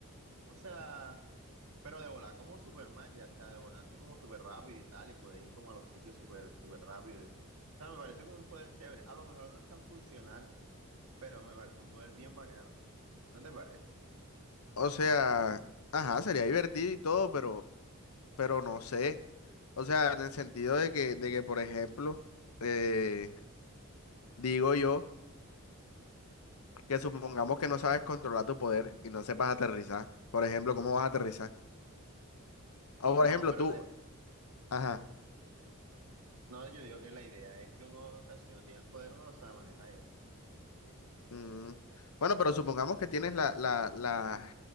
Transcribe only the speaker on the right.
O sea, Pero de volar como Superman, ya sea de volar así como súper rápido y tal, y poder ir como a los sitios súper, súper rápido. O sea, me parece como un poder chévere. A lo mejor no es tan funcional, pero me parece un poder bien bacano. ¿No te parece?
No,
pero
la-
no, yo digo que la idea es que uno, o sea, si uno tiene el poder, uno lo sabe manejar ya.